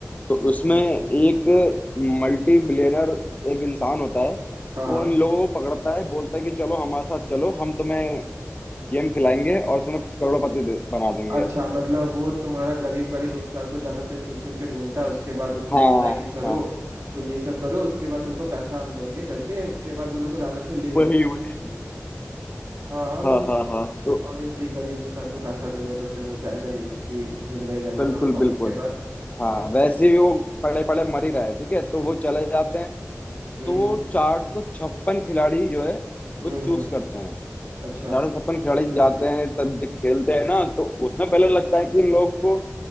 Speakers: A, on the left (about 30°); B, on the right (about 60°).
A: तो उसमें
B: हम्म,
A: एक मल्टी बिलियनर एक इंसान होता है
B: हाँ हाँ
A: वो उन लोगों को पकड़ता है बोलता है कि चलो हमारे साथ चलो हम तुम्हें गेम खिलाएंगे और तुम्हें करोड़पति दे- बना देंगे
B: अच्छा मतलब वो तुम्हारा गरीब गरीब इंसान को जाकर के चुन चुन के ढूंढता है उसके बाद उसको
A: हाँ
B: बोलता है कि चलो
A: हाँ
B: तुम ये सब करो उसके बाद तुमको पैसा हम देंगे करके उसके बाद वो लोग को लालच से ले जाता
A: वही
B: है
A: वही
B: कहीं पे हाँ मतलब
A: हाँ हाँ हाँ तो
B: ऑब्वियसली गरीब इंसान को पैसा दोगे तो फिर वो जाएगा ही क्योंकि जिंदा ही रहना
A: बिल्कुल
B: हाँ और
A: बिल्कुल
B: उसके बाद
A: हाँ वैसे ही वो पड़े पड़े मर ही रहा है ठीक है तो वो चले जाते हैं
B: हम्म
A: तो वो
B: हम्म
A: चार सौ छप्पन खिलाड़ी जो है वो
B: हम्म
A: चूज
B: हम्म,
A: करते हैं
B: अच्छा
A: चार सौ छप्पन खिलाड़ी जाते हैं तब जब खेलते हैं ना तो उसमें पहले लगता है कि इन लोग को